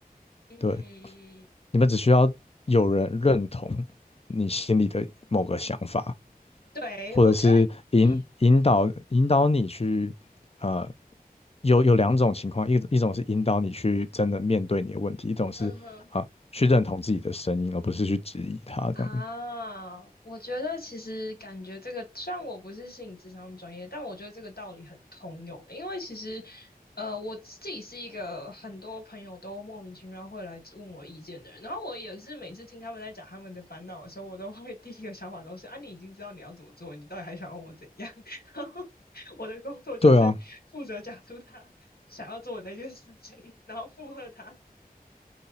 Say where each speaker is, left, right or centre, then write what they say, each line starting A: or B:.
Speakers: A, on the left (about 80°); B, on the left (about 40°).
A: 嗯，
B: 对，你们只需要有人认同你心里的某个想法，
A: 对，
B: 或者是引引导引导你去。
A: 我觉得，嗯
B: 呃有有两种情况，一一种是引导你去真的面对你的问题，一种是啊、
A: 嗯哼。
B: 去认同自己的声音，而不是去质疑它这样子
A: 啊，我觉得其实感觉这个，虽然我不是心理咨商专业，但我觉得这个道理很通用。因为其实，呃，我自己是一个很多朋友都莫名其妙会来问我意见的人，然后我也是每次听他们在讲他们的烦恼的时候，我都会 <laughs> 第一个想法都是啊，你已经知道你要怎么做，你到底还想要我怎样？<laughs> 然后我的工作就是负责讲出他想要做的那件事情，
B: 对啊，
A: 然后附和他。